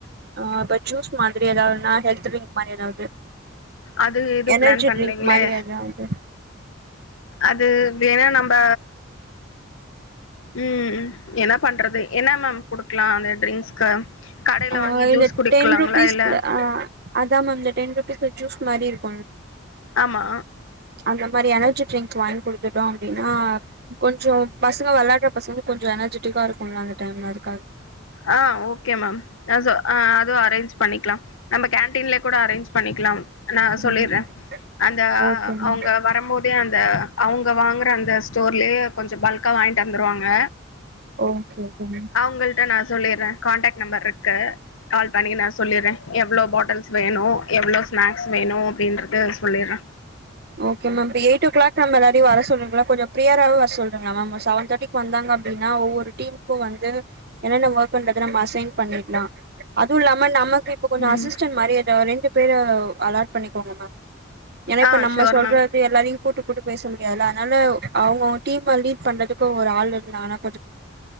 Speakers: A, on the right; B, on the left.
A: அ அப்ப ஜூஸ் மாதிரி எதாதுனா ஹெல் ட்ரிங்க் மாரி எதாவது
B: அது எதுவு
A: எனர்ஜி
B: பிளான் பண்லைங்களே
A: ட்ரிங்க் மாரி எதாவது
B: அது வேணா நம்ப, ம் என்ன பண்றது? என்ன மேம் குடுக்கலா அந்த ட்ரிங்க்ஸ்க்கு கடையில
A: அ
B: வாங்கி
A: இல்ல
B: ஜூஸ் குடிக்கலாங்களா
A: டென் ருபீஸ்ல
B: இல்ல
A: ஆ அ தா மேம் இந்த டென் ருபீஸ்ல ஜூஸ் மாரி இருக்
B: ஆமா
A: அந்த மாரி எனர்ஜி ட்ரிங்க் வாங்கி குடுத்துட்டோ அப்டின்னா கொஞ்சோ பசங்க வெளாடுற பசங்க கொஞ்சோ எனர்ஜெட்டிக்கா இருக்கும்ல அந்த டைம்ல அது
B: ஆ ஓகே ஓகே மேம் ஆ சொ ஆ அதுவு அரேஞ்ச் பண்ணிக்லாம் நம்ம கேன்டீன்ல கூட அரே்ஞ்ச் பண்ணி க்லாம் நா சொல்லிறே
A: ம்
B: அந்த அ
A: ஓகே மேம்
B: அவுங்க வரம்மோதே அந்த அவுங்க வாங்குற அந்த ஸ்டோர்லேயே கொஞ்ச பால் அக்கா வாய்ன்ட்டு வந்துருவாங்க
A: ஓகே ஓகே மேம்
B: உங்கள்ட்ட நா சொல்லிறே கான்டாக்ட் நம்பர் இருக்கு கால் பண்ணி நா சொல்லிறே எவ்ளோ பாட்டில்ஸ் வேணு எவ்ளோ ஸ்நாக்ஸ் வேணு அப்படின்றது சொல்லிறே
A: ஓகே மேம் இப்ப எய்ட் ஓ கிளாக் நம்ம எல்லாரையு வர சொ சொல்லுங்களா கொஞ்சோ பிரியரா வர சொல்ட்டுங்களா மேம் ஒரு செவன் தேட்டிக்கு வந்தாங்க அப்டின்னா ஒவ்வொரு டீம்முக்கு வந்த் து என்னென்ன ஒர்க் பண்றது நம்ம அசைன் பண்ணிட்லா அது இல்லாம நமக்கு இப்ப கொஞ்சோ
B: ம்
A: அசிஸ்டன் மாரி எதோ ரெண்டு பேரு அலட் பண்ணிக்கோங்க மேம்
B: ஆ ஷோர்
A: நா சொல்றது
B: மேம்
A: எல்லாரையு கூட்டு கூட்டு பேச முடியாதுல்ல அதனால அவுங்கவுங்க டீம லீட் பண்றதுக்கு ஒரு ஆள் இருந்தாங்னா